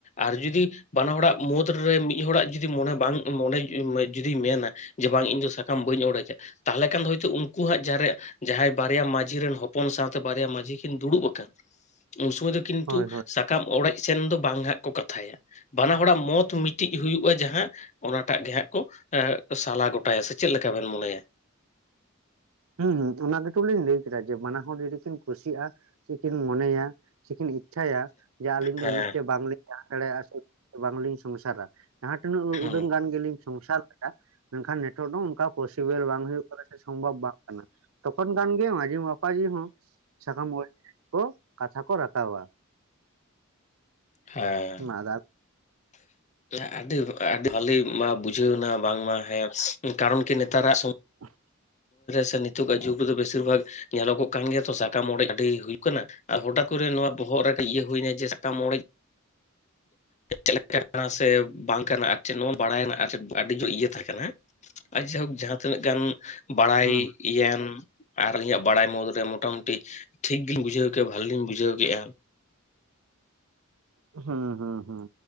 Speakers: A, on the left; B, on the right.
A: ᱟᱨ ᱡᱩᱫᱤ ᱵᱟᱱᱟ ᱦᱚᱲᱟᱜ ᱢᱩᱫᱽᱨᱮ ᱢᱤᱜ ᱦᱚᱲᱟᱜ ᱡᱩᱫᱤ ᱢᱚᱱᱮ ᱵᱟᱝ ᱢᱚᱱᱮ ᱡᱩᱫᱤᱭ ᱢᱮᱱᱟ ᱡᱮ ᱵᱟᱝ ᱤᱧ ᱫᱚ ᱥᱟᱠᱟᱢ ᱵᱟᱹᱧ ᱚᱲᱮᱡᱟ ᱛᱟᱦᱟᱞᱮ ᱠᱷᱟᱱ ᱫᱚ ᱦᱳᱭᱛᱚ ᱩᱱᱠᱩᱣᱟᱜ ᱡᱟᱦᱟᱸ ᱨᱮ ᱡᱟᱦᱟᱸᱭ ᱵᱟᱨᱭᱟ ᱢᱟᱺᱡᱷᱤ ᱨᱮᱱ ᱦᱚᱯᱚᱱ ᱥᱟᱶᱛᱮ ᱵᱟᱨᱭᱟ ᱢᱟ ᱡᱷᱤ ᱠᱤᱱ ᱫᱩᱲᱩᱵ ᱠᱟᱱ ᱩᱱ ᱥᱚᱢᱚᱭ ᱫᱚ ᱠᱤᱱᱛᱩ
B: ᱦᱳᱭ
A: ᱥᱟ
B: ᱦᱳᱭ
A: ᱥᱟᱠᱟᱢ ᱚᱲᱮᱡ ᱥᱮᱱ ᱫᱚ ᱵᱟᱝ ᱦᱟᱸᱜ ᱠᱚ ᱠᱟᱛᱷᱟᱭᱟ, ᱵᱟᱱᱟ ᱦᱚᱲᱟᱜ ᱢᱚᱛ ᱢᱤᱫᱴᱤᱡ ᱦᱩᱭᱩᱜᱼᱟ ᱡᱟᱦᱟᱸ ᱚᱱᱟᱴᱟᱜ ᱜᱮ ᱦᱟᱸᱜ ᱠᱚ ᱮᱸᱻ ᱥᱟᱞᱟ ᱜᱚᱴᱟᱭᱟ ᱥᱮ ᱪᱮᱫ ᱞᱮᱠᱟ ᱵᱮᱱ ᱢᱚᱱᱮᱭᱟ?
B: ᱦᱩᱸ ᱚᱱᱟ ᱜᱮᱛᱚ ᱞᱤᱧ ᱞᱟᱹᱭ ᱠᱮᱫᱟ ᱡᱮ ᱵᱟᱱᱟ ᱦᱚᱲ ᱡᱩᱫᱤ ᱠᱤᱱ ᱠᱷᱩᱥᱤ-ᱟ᱾ ᱥᱮᱠᱤᱱ ᱢᱚᱱᱮᱭᱟ ᱥᱮᱠᱤᱱ ᱤᱪᱪᱷᱟᱭᱟ ᱡᱮ ᱟᱹᱞᱤᱧ
A: ᱦᱮᱸ
B: ᱫᱚ ᱢᱤᱫᱴᱮᱡ ᱵᱟᱝᱞᱤ ᱡᱟᱦᱟᱸ ᱫᱟᱲᱮᱭᱟᱜᱼᱟ ᱥᱮ ᱵᱟᱝᱞᱤᱧ ᱥᱚᱝᱥᱟᱨᱟ ᱡᱟᱦᱟᱸ ᱛᱤᱱᱟᱹᱜ
A: ᱦᱮᱸ
B: ᱩᱰᱟᱹᱝ ᱜᱟᱱ ᱜᱮᱞᱤᱧ ᱥᱚᱝᱥᱟᱨ ᱠᱮᱫᱟ ᱢᱮᱱᱠᱷᱟᱱ ᱱᱤᱛᱚᱜ ᱫᱚ ᱚᱱᱠᱟ ᱯᱚᱥᱤᱵᱮᱞ ᱵᱟᱝ ᱦᱩᱭᱩᱜ ᱠᱟᱱᱟ ᱥᱮ ᱥᱚᱢᱵᱷᱚᱵ ᱵᱟᱝ᱾ ᱠᱟᱱᱟ ᱛᱚᱠᱷᱚᱱ ᱠᱷᱟᱱᱜᱮ ᱢᱟᱹᱡᱷᱤ ᱢᱟᱯᱟᱡᱷᱤ ᱦᱚᱸ ᱥᱟᱠᱟᱢ ᱚᱲᱮᱡᱽ ᱠᱚ ᱠᱟᱛᱷᱟ ᱠᱚ ᱨᱟᱠᱟᱵᱟ᱾
A: ᱦᱮᱸ
B: ᱢᱟ ᱟᱫᱚ
A: ᱦᱟᱯᱮᱭᱟ ᱟᱹᱰᱤ ᱟᱹᱰᱤ ᱵᱷᱟᱹᱞᱤ ᱢᱟ ᱵᱩᱡᱷᱟᱹᱣᱱᱟ ᱵᱟᱝᱢᱟ ᱦᱮᱸ ᱠᱟᱨᱚᱱ ᱠᱤ ᱱᱮᱛᱟᱨᱟᱜ ᱥᱚ
B: <inaudible>
A: ᱥᱮ ᱱᱤᱛᱳᱜᱟᱜ ᱡᱩᱜᱽ ᱨᱮᱫᱚ ᱵᱮᱥᱤᱨ ᱵᱷᱟᱜᱽ ᱧᱮᱞᱚᱜᱚᱜ ᱠᱟᱱ ᱜᱮᱭᱟ ᱛᱚ ᱥᱟᱠᱟᱢ ᱚᱲᱮᱡ ᱟᱹᱰᱤ ᱦᱩᱭᱩᱜ ᱠᱟᱱᱟ᱾ ᱟᱨ ᱦᱚᱴᱟᱴ ᱠᱚᱨᱮ ᱱᱚᱣᱟ ᱵᱚᱦᱚᱜ ᱨᱮ ᱤᱭᱟᱹ ᱦᱩᱭᱱᱟ ᱡᱮ ᱥᱟᱠᱟᱢ ᱚᱲᱮᱡ ᱪᱮᱞᱠᱟᱱᱟ ᱥᱮ ᱵᱟᱝ ᱠᱟᱱᱟ ᱟᱨ ᱪᱮᱫ ᱱᱚᱣᱟ ᱵᱟᱲᱟᱭᱱᱟ ᱟᱹᱰᱤ ᱡᱳᱨ ᱤᱭᱟᱹ ᱛᱟᱦᱮᱸ ᱠᱟᱱᱟ᱾ ᱟᱨ ᱡᱟᱭᱦᱳᱠ ᱡᱟᱦᱟᱸ ᱛᱤᱱᱟᱹᱜ ᱜᱟᱱ ᱵᱟᱲᱟᱭ
B: ᱦᱩᱸ
A: ᱤᱭᱟᱱ ᱟᱨ ᱟᱹᱞᱤᱧᱟᱹᱜ ᱵᱟᱲᱟᱭ ᱢᱩᱫᱽᱨᱮ ᱢᱳᱴᱟᱢᱩᱴᱤ ᱴᱷᱤᱠ ᱜᱤᱞᱤᱧ ᱵᱩᱡᱷᱟᱹᱣ ᱠᱮᱫᱼᱟ ᱵᱷᱟᱹᱞᱤᱧ ᱵᱩᱡᱷᱟᱹᱣ ᱠᱮᱜᱼᱟ᱾
B: ᱦᱩᱸ ᱦᱩᱸ ᱦᱩᱸ